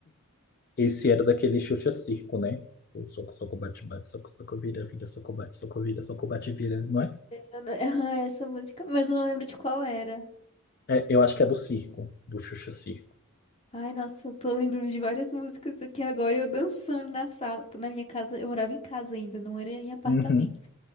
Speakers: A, on the left; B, on the left.
A: esse era daquele Xuxa Circo, né? O soco, soco, bate, bate, soco, soco, vira, vira, soco, bate, soco, vira, soco, bate, vira, não é?
B: Eu não- <laughs> Ah, essa música, mas eu não lembro de qual era.
A: É, eu acho que é do circo, do Xuxa Circo.
B: Ai, nossa, eu tô lembrando de várias músicas aqui agora, eu dançando na sala. Na minha casa, eu morava em casa ainda, não era em apartamento.
A: Uhum,